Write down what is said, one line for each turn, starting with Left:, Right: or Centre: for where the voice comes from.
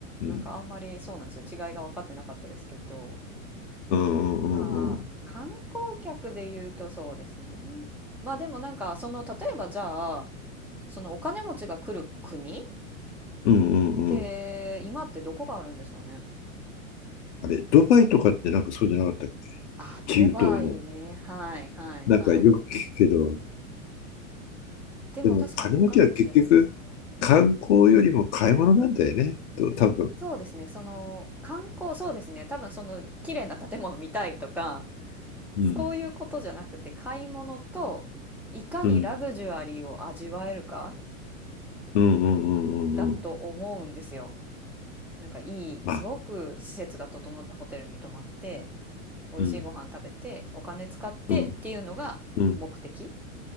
Centre: なんかあんまりそうなんですよ。
Left: ん
Centre: 違いが分かってなかったですけど、
Left: うんうん。うんうんうん
Centre: まあ、観光客で言うとそうですね。まあでもなんか、その、例えばじゃあ、そのお金持ちが来る国っ
Left: うんうんうん。
Centre: て、今ってどこがあるんですかね。
Left: あれ、ドバイとかってなんかそうじゃなかったっけ
Centre: あ、
Left: 中東の。
Centre: ドバイね。はいはいはい。
Left: なんかよく聞くけど、
Centre: でも確かにお金持ちは行ってそう。
Left: でも金持ちは結局観光よりも買い物なんだよね。
Centre: うん
Left: と、多分。
Centre: そうですね、その観光、そうですね、多分その綺麗な建物見たいとか、
Left: うん。
Centre: そういうことじゃなくて、買い物といかにラグジュアリーを味わえるか
Left: うん。うんうんうんうんうん。
Centre: だと思うんですよ。なんかいい、
Left: まあ。
Centre: すごく施設が整ったホテルに泊まって、美味しいご飯食べて、
Left: うん。
Centre: お金使ってっていうのが目的、
Left: うん。うん。